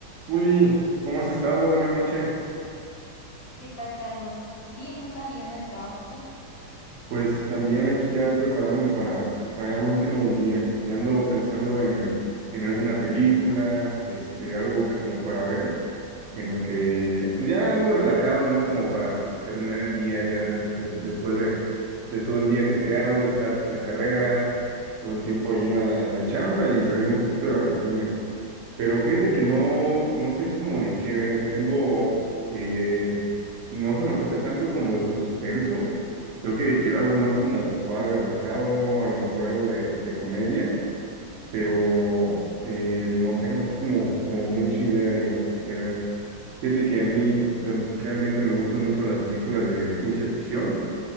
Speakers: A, on the right (about 65°); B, on the left (about 70°).
A: Juli, ¿cómo has estado? Buenas noches.
B: ¿Qué tal, Carlos? Bien, acá llegando de trabajo, ¿tú?
A: Pues también aquí ya preparándome para, para ya lo último del día y ando pensando en, en alguna película, este, algo ahorita como para ver, en lo que, pues ya algo relajado, ¿no? Como para terminar el día ya de- de- después de, de todo el día ajetreado, estar en la carrera, todo el tiempo ahí en la, en la chamba y salir un poquito de la rutina. Pero fíjate que no, no sé cómo de qué ver. Tengo, eh, no se me antoja tanto como de suspenso. Creo que quiero algo más como suave, relajado, a lo mejor algo de, de comedia, pero eh, no tengo así como, como mucha idea, digo, que ver. Fíjate que a mí o sea, realmente me gustan mucho las películas de ciencia ficción,